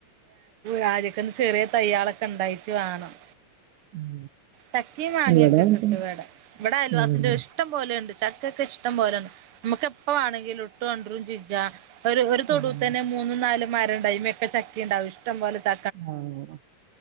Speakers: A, on the right; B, on the right.
A: രാജക്കന്ന് ചെറിയ തയ്യേളൊക്കെ ഇണ്ടായിട്ട് വാണം.
B: ഉം
A: ചക്കി മാങ്ങ്യാെക്കെ
B: ഇവിടെ അങ്ങൻ
A: കിട്ടും
B: തന്നെ
A: ഇവെടെ. ഇവിടെ അയൽവാസിന്റെ
B: ആഹ്
A: ഇഷ്ടം പോലെ ഉണ്ട്. ചക്ക ഒക്കെ ഇഷ്ടം പോലേണ്. നമുക്ക് എപ്പ വാണെങ്കിലും ഇട്ട് കൊണ്ട്രും ചെജ. ഒരു ഒരു തൊടൂതന്നെ
B: ആഹ്
A: മൂന്നും നാലും മരം ഇണ്ടാവും. അയ്മെക്കച്ചക്കീണ്ടാവും ഇഷ്ടം പോലെ ച
B: ആഹ്